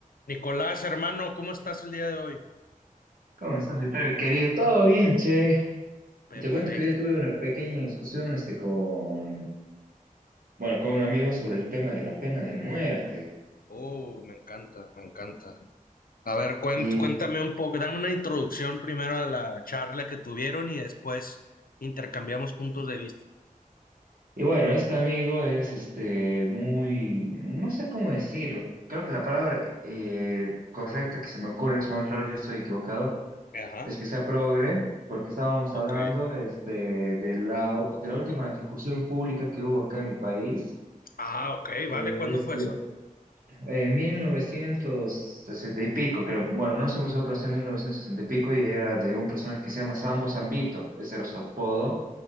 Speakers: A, on the left; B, on the right.
A: Nicolás, hermano, ¿cómo estás el día de hoy?
B: ¿Cómo estás, Vittorio, querido? ¿Todo bien, che?
A: Perfecto.
B: Te cuento que hoy día tuve una pequeña discusión este, con, bueno, con un amigo sobre el tema de la pena de muerte.
A: Oh, me encanta, me encanta. A ver, cuen-
B: Y,
A: cuéntame un poco, dame una introducción primero a la charla que tuvieron y después intercambiamos puntos de vista.
B: y bueno, este amigo es este, muy, no sé cómo decirlo, creo que la palabra eh, correcta que se me ocurre en este momento, claro, yo estoy equivocado,
A: Ajá,
B: es que sea progre, porque estábamos
A: ok.
B: hablando este, de la, de la última ejecución pública que hubo acá en mi país,
A: Ah, ok,
B: que
A: vale, ¿cuándo
B: es
A: fue
B: de
A: eso?
B: En 1960 y pico, creo. Bueno, no soy muy seguro, pero sí en 1960 y pico y era de un personaje que se llama Sambo Zambito. Ese era su apodo,